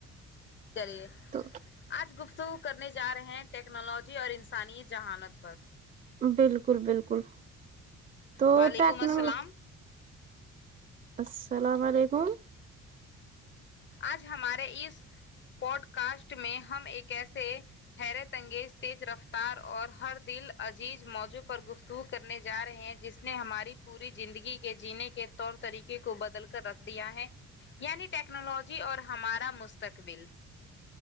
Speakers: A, on the left (about 40°); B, on the right (about 30°).
A: چلیے
B: تو
A: آج گفتگو کرنے جارہے ہیں ٹیکنالوجی اور انسانی ذہانت پر
B: بالکل بالکل تیکنالوجی
A: وعلیکم السلام
B: السلام علیکم
A: آج ہمارے اس پوڈ کاسٹ میں ہم ایک ایسے حیرت انگیز تیز رفتار اور ہر دل عزیز موضوع پر گفت کرنے جا رہے ہیں جس نے ہماری پوری زندگی کے جینے کے طور طریقے کو بدل کر رکھ دیا ہے یعنی ٹیکنالوجی اور ہمارا مستقبل